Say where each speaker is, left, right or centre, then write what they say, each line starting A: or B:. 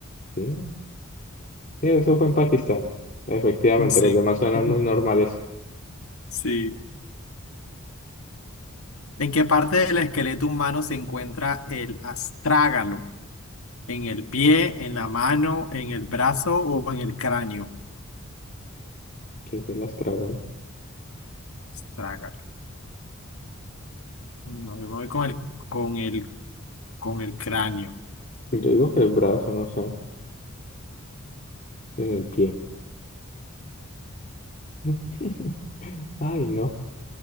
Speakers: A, on the left; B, on the left.
A: Sí, sí, eso fue en Pakistán. Efectivamente,
B: Sí.
A: los demás suenan
B: <laughs>
A: muy normales.
B: Sí. ¿En qué parte del esqueleto humano se encuentra el astrágalo? ¿En el pie, en la mano, en el brazo o en el cráneo?
A: Que se las trágalo.
B: Traga. No, yo me voy con el, con el, con el cráneo.
A: Yo digo que el brazo, no sé, en el pie. <laughs> Ay, no.